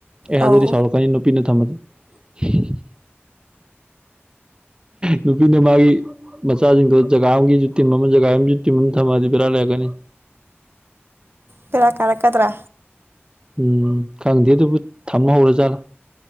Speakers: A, on the right; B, on the right.
A: ꯑꯦ
B: ꯑꯧ
A: ꯑꯗꯨꯗꯤ ꯁꯥꯎꯔꯛꯀꯅꯤ ꯅꯨꯄꯤꯅ ꯊꯝꯃꯗꯤ <inaudible> ꯅꯨꯄꯤꯅ ꯃꯥꯒꯤ ꯃꯆꯥꯖꯤꯡꯗꯣ ꯖꯒꯥ ꯑꯃꯒꯤꯖꯨ ꯇꯤꯝ ꯑꯃ ꯖꯒꯥ ꯑꯃꯒꯤꯖꯨ ꯇꯤꯝ ꯑꯃ ꯊꯝꯃꯗꯤ ꯕꯦꯔꯥ ꯂꯩꯔꯛꯀꯅꯤ
B: ꯕꯦꯔꯥ ꯀꯥꯔꯛꯀꯗ꯭ꯔꯥ
A: ꯎꯝ ꯈꯪꯗꯦ ꯑꯗꯨꯕꯨ ꯊꯝ ꯍꯧꯔꯖꯥꯠꯂꯥ